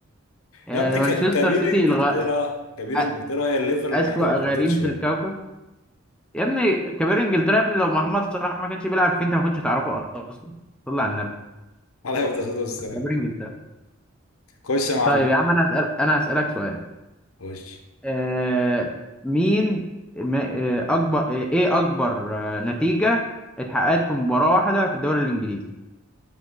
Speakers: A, in the centre; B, on the left.
A: يعني
B: يا ابني
A: مانشستر
B: ك... كبير
A: سيتي
B: انجلترا
A: الغ...
B: كبير
A: أ-
B: انجلترا هي الليفر الوحيده
A: اسوأ
B: اللي
A: غريم
B: ما هبطتش
A: في
B: يا
A: الكوكب
B: ابني
A: يا ابني كبير انجلترا يا ابني لو محمد صلاح ما كانش بيلعب فيه انت ما كنتش هتعرفه اصلا صلى على النبي
B: <laughs> عليها الصلاة والسلام
A: كبير انجلترا
B: خش يا معلم
A: طيب يا عم انا هسأل... انا هسألك سؤال
B: خش
A: آه، مين ما- آه، اكبر آه، ايه اكبر آه، نتيجة اتحققت في مباراة واحدة في الدوري الانجليزي